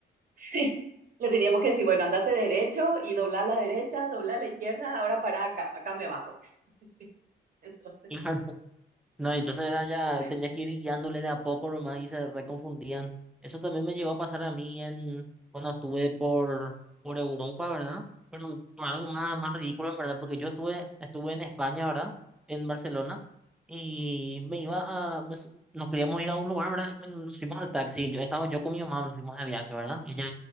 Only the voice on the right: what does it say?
Sí, le teníamos que decir, bueno, andate derecho y dobla a la derecha, dobla a la izquierda, ahora para acá, acá me bajo. <laughs> Entonces,
ya, bueno,